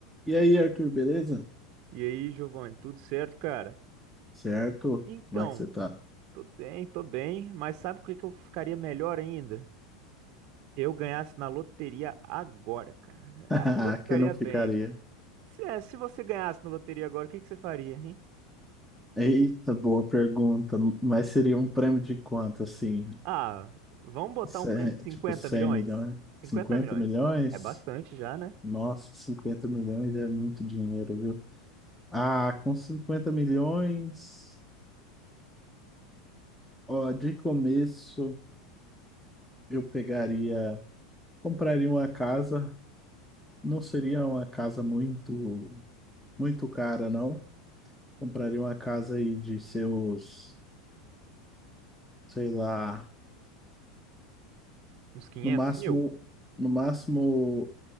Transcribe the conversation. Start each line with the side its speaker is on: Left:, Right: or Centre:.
Centre: E aí, Arthur, beleza?
Right: E aí, Giovanni, tudo certo, cara?
Centre: Certo?
Right: Então,
Centre: Como é que você tá?
Right: tudo bem, tô bem, mas sabe o que que eu ficaria melhor ainda? Eu ganhasse na loteria agora, cara.
Centre: Ah,
Right: Aí eu ficaria
Centre: <laughs> quem não ficaria?
Right: bem. Se, é, se você ganhasse na loteria agora, o que que você faria, hein?
Centre: Eita, boa pergunta. Mas seria um prêmio de quanto, assim?
Right: Ah, vamos botar
Centre: Cem-
Right: um prêmio de 50
Centre: tipo, 100
Right: milhões?
Centre: milhões?
Right: 50
Centre: 50
Right: milhões.
Centre: milhões?
Right: É bastante já, né?
Centre: Nossa, 50 milhões é muito dinheiro, viu? Ah, com 50 milhões, ó, de começo eu pegaria, compraria uma casa. Não seria uma casa muito, muito cara, não. Compraria uma casa aí de seus, sei lá,
Right: Uns quinhentos
Centre: no máximo,
Right: mil.
Centre: no máximo,